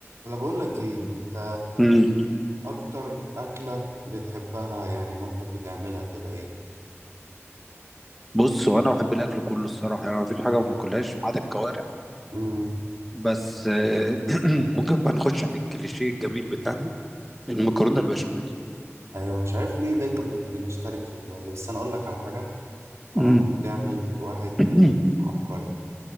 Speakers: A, on the right; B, in the centre.
A: انا بقول لك ايه انت
B: امم
A: اكتر اكله بتحبها يعني مامتك بتعملها كده ايه
B: بص هو انا بحب الاكل كله الصراحه يعني مفيش حاجه ما باكلهاش ما عدا الكوارع
A: امم
B: بس آه، <clears throat> ممكن بقى نخش في الكليشيه الجميل بتاعنا المكرونه البشاميل
A: ايوه مش عارف ليه دايما بت- بنشترك في الحوار ده بس انا اقول لك على حاجه علام
B: امم
A: بتعمل واحد
B: <clears throat>
A: بانيه عبقري